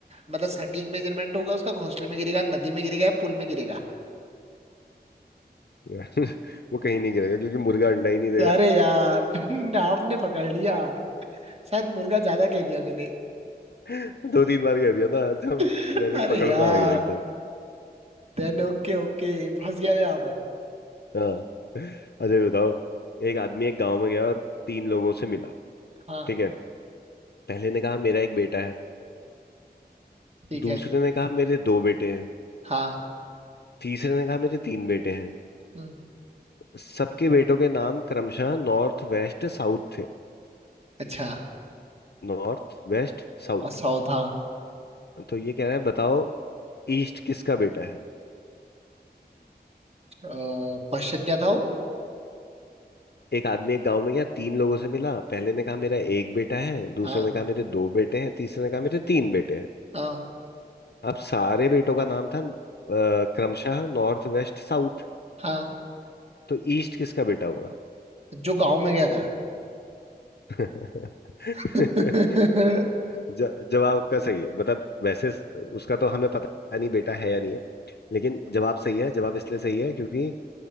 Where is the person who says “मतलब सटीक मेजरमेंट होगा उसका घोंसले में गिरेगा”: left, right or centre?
Right